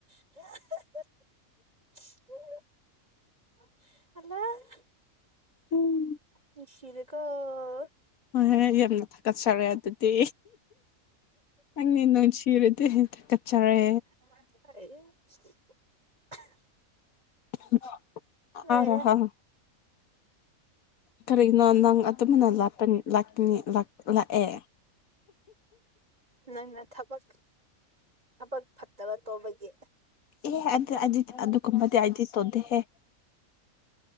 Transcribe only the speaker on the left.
ꯎꯝ
ꯍꯣꯏ ꯍꯣꯏ ꯌꯥꯝꯅ ꯊꯥꯒꯠꯆꯔꯦ ꯑꯗꯨꯗꯤ <inaudible> ꯅꯨꯡꯁꯤꯔꯗꯤ ꯊꯒꯠꯆꯔꯦ
<unintelligible>
ꯀꯔꯤꯒꯤꯅꯣ ꯅꯪ ꯑꯗꯨꯝꯕꯅ ꯂꯄ ꯂꯅꯤ ꯂꯥꯛꯑꯦ
ꯑꯦ ꯑ ꯑꯗꯨꯗꯨ ꯀꯨꯝꯕꯗꯤ ꯑꯩꯗꯤ ꯇꯣꯗ° ꯍꯦ